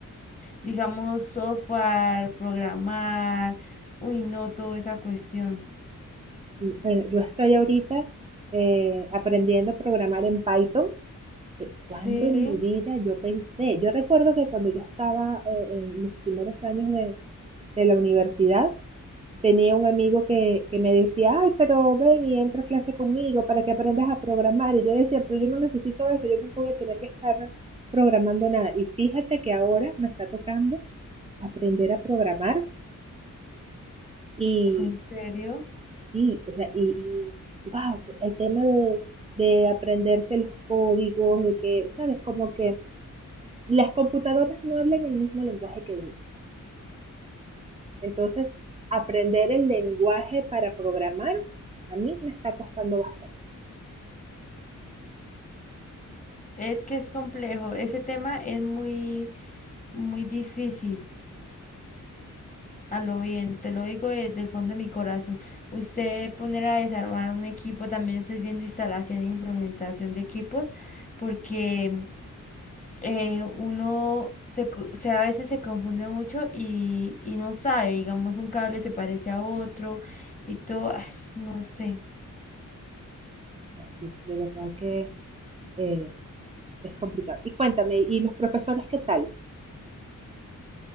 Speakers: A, on the left; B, on the right.
A: digamos, software, programar, uy, no, toda esa cuestión.
B: Y, bueno, yo estoy ahorita eh, aprendiendo a programar en Python. Eh, cuando
A: Sí,
B: en mi vida yo pensé, yo recuerdo que cuando yo estaba eh, en los primeros años de, de la universidad, tenía un amigo que, que me decía, ay, pero ven y entra a clase conmigo para que aprendas a programar. Y yo decía, pero yo no necesito eso, yo nunca voy a tener que estar programando nada. Y fíjate que ahora me está tocando aprender a programar y,
A: en serio?
B: y, o sea, y, y wow, el tema de, de aprenderse los códigos, de que, ¿sabes? Como que las computadoras no hablan el mismo lenguaje que uno. Entonces, aprender el lenguaje para programar a mí me está costando bastante.
A: es que es complejo, ese tema es muy, muy difícil, a lo bien, te lo digo desde el fondo de mi corazón. Usted poner a desarmar un equipo, también estoy viendo instalación e implementación de equipos, porque... eh, uno se, co- se- a veces se confunde mucho y, y no sabe, digamos, un cable se parece a otro y todo, ay, no sé.
B: sí, de verdad que eh, es complicado. Y cuéntame, ¿y los profesores qué tal?